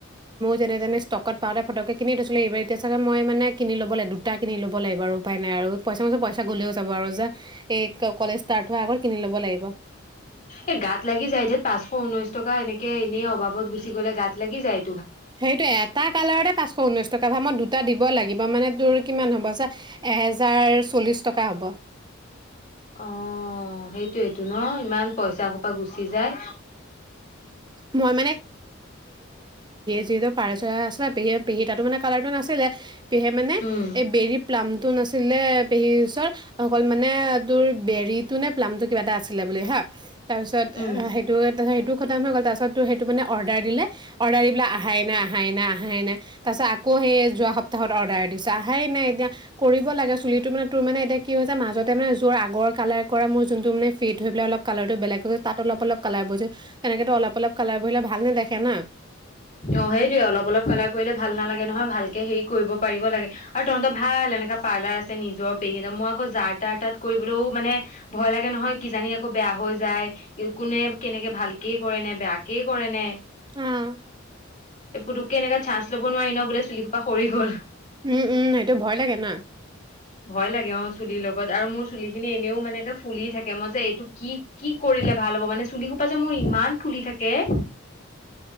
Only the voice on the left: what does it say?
এ গাত লাগি যায়ঠেত পাঁচশ ঊনৈশ টকা এনেকে এনেই অবাবত গুচি গলে গাত লাগি যায়।
অ সেইটোয়েটো ন, ইমান পইচা সোপা গুচি যায়।
উম
উম
অ' সেইটয়ে অলপ অলপ কালাৰ কৰিলে ভাল নালাগে নহয়, ভাল হেৰি কৰিব। পাৰিব লাগে, আৰু তহঁতৰ ভাল এনেকা পাৰ্লাৰ আছে বা নিজৰ পেহী হেতৰ মই আকৌ যাৰ তাৰ তাত কৰিবলৈও মানে ভয় লাগে নহয়, কিজানি আকৌ বেয়া হৈ যায়, কোনে কেনেকে ভালকে কৰে নে বেয়াকে কেই কৰে নে?
এই পুতুককে এনেকে চাঞ্চ ল'ব নোৱাৰি ন, বোলে চুলি সোপা সৰি গ'ল।
ভয় লাগে, অ'! চুলিৰ লগত আৰু মোৰ চুলিখিনি এনেও মানেকে ফুলি থাকে মই যে এইটো কি, কি কৰিলে ভাল হ'ব মানে চুলিসোপা যে মোৰ ইমান ফুলি থাকে কে